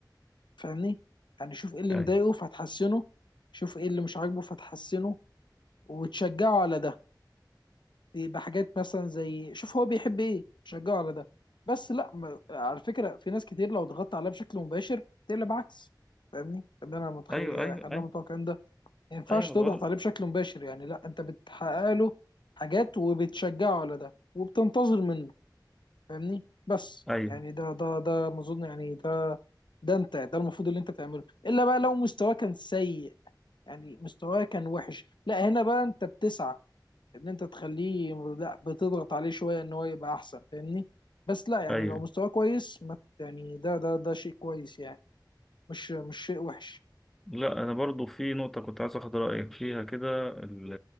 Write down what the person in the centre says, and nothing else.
أيوه
أيوه
أيوه أيوه
أيوه
أيوه ما
بقول
أيوه
أيوه
لا أنا برضو في نقطة كنت عايز أخد رأيك فيها كده ال